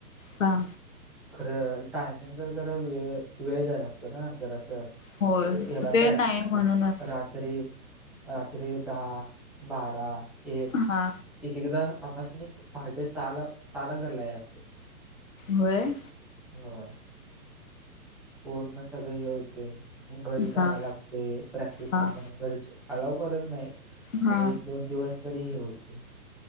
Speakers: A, on the left; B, in the centre.
A: हां
B: खरं... टायपिंगला जरा वेळ... वेळ द्यायला लागतो ना जरासं
A: होय
B: ह्याला..
A: वेळ
B: प्रॅक्टिसला...
A: नाही म्हणूनच
B: रात्री रात्री दहा... बारा... एक
A: हा
B: एक एकदा आमास्नी... पहाटे सहाला... सहाला घरला यायला लागतंय
A: व्हय?
B: होय पोरं ना... सगळी येऊच देत... मग घरी सांगायला
A: हा
B: लागतंय प्रॅक्टिस
A: हा
B: हाय म्हणून घरचे अलाउ करत नाहीत...
A: हा
B: खरं... एक दोन दिवस तरी हे होतंय